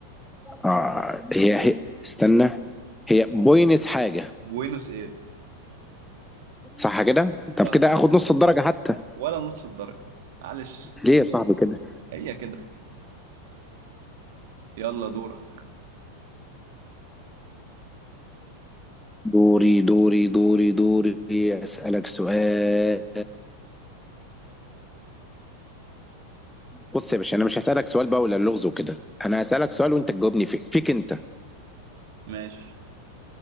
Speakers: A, in the centre; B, on the right.
A: آه، هي هي استنى هي بوينس حاجة
B: بوينوس ايرس
A: صح كده؟ طب
B: صح
A: كده آخد نص الدرجة حتى
B: ولا نص الدرجة معلش
A: ليه يا صاحبي كده؟
B: هي كده يلا دورك
A: دوري دوري دوري دوري أسألك سؤال بص يا باشا انا مش هسألك سؤال بقى ولا اللغز وكده انا هسألك سؤال وانت تجاوبني فيه فيك انت
B: ماشي